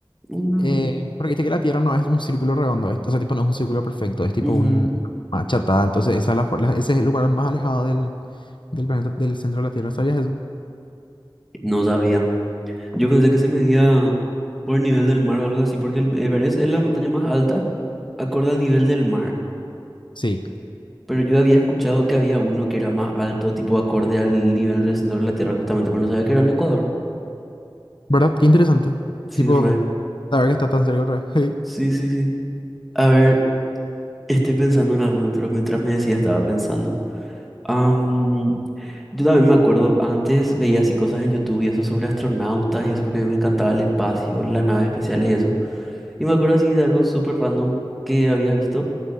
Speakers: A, in the centre; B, on the left.
A: Mm,
B: Eh, porque viste que la Tierra no es un círculo redondo, es- o sea, tipo no es un círculo perfecto, es tipo
A: ujú.
B: un una achatada. Entonces, esa es la, for- la- ese es el lugar más alejado del, del planeta, del centro de la Tierra. ¿Sabías eso?
A: No sabía. Yo pensé que se medía por nivel del mar o algo así, porque el Everest es la montaña más alta acorde al nivel del mar.
B: Sí.
A: Pero yo había escuchado que había uno que era más alto, tipo acorde al nivel del centro de la Tierra, justamente, pero no sabía que era en Ecuador.
B: ¿Verdad? Qué interesante.
A: Sí,
B: Tipo,
A: re.
B: saber que está tan cerca otra vez.
A: Sí, sí, sí. A ver, estoy pensando en algún otro. Mientras me decía, estaba pensando. Am, yo también me acuerdo, antes veía así cosas en YouTube y eso sobre astronautas y eso porque a mí me encantaba el espacio, las naves espaciales y eso. Y me acuerdo así de algo súper random que había visto,